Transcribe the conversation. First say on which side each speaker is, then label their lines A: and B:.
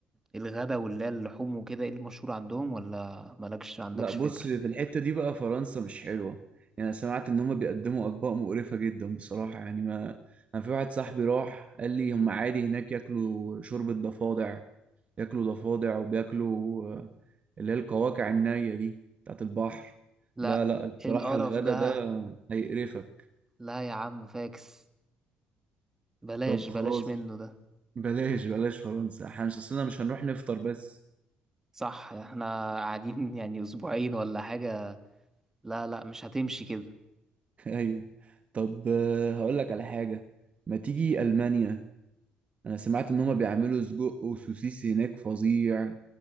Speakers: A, on the right; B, on the right.
A: الغدا واللي هي اللحوم وكده ايه المشهور عندهم ولا مالكش عندكش
B: لا بص
A: فكرة
B: في الحتة دي بقى فرنسا مش حلوة يعني أنا سمعت إن هما بيقدموا أطباق مقرفة جدا بصراحة يعني ما أنا في واحد صاحبي راح قال لي هما عادي هناك ياكلوا شوربة ضفادع ياكلوا ضفادع وبياكلوا آه، اللي هي القواقع النية دي بتاعت البحر
A: لا
B: لا لا
A: ايه
B: بصراحة
A: القرف
B: الغدا
A: ده
B: ده هيقرفك
A: لا يا عم فاكس بلاش
B: طب خلاص
A: بلاش منه ده
B: بلاش بلاش فرنسا احنا مش أصلنا مش هنروح نفطر بس
A: صح احنا قاعدين <laughs> يعني اسبوعين ولا حاجة لا لا مش هتمشي كده
B: <laughs> أيوه طب آه، هقول لك على حاجة ما تيجي ألمانيا انا سمعت ان هما بيعملوا سجق وسوسيس هناك فظيع